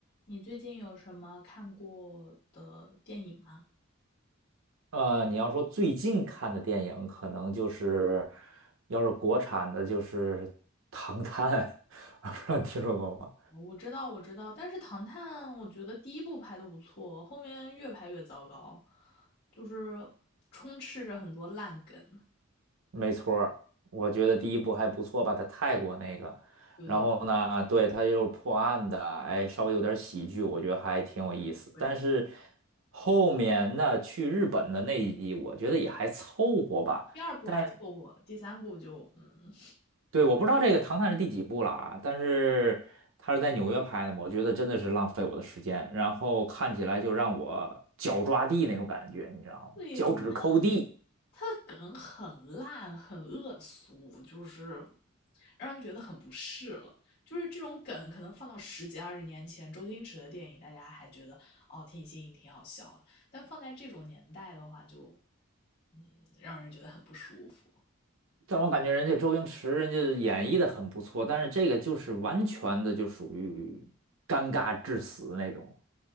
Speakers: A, on the left; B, on the right.
A: 你最近有什么看过的电影吗？
B: 呃，你要说最近看的电影，可能就是，要是国产的，就是《唐探》，<laughs> 我不知道你听说过吗？
A: 哦我知道，我知道，但是《唐探》我觉得第一部拍的不错，后面越拍越糟糕，就是充斥着很多烂梗。
B: 没错儿我觉得第一部还不错吧，在泰国那个。
A: 对对
B: 然后呢，对，它就是破案的，哎，稍微有点喜剧，我觉得还挺有意思。
A: 对，
B: 但是后面那去日本的那一集，我觉得也还凑合吧。
A: 第二部还凑合，
B: 但。是。
A: 第三部就嗯，
B: 对，我不知道这个《唐探》是第几部了啊，但是他是在纽约拍的嘛，我觉得真的是浪费我的时间，然后看起来就让我脚抓地那种感觉，你知道吗？
A: <laughs> 最以主要
B: 脚趾抠地，
A: 他的梗很烂，很恶俗，就是让人觉得很不适了。就是这种梗，可能放到十几二十年前，周星驰的电影，大家还觉得哦挺新颖、挺好笑的，但放在这种年代的话就，嗯，让人觉得很不舒服。
B: 但我感觉人家周星驰人家演绎的很不错，但是这个就是完全的就属于尴尬致死那种。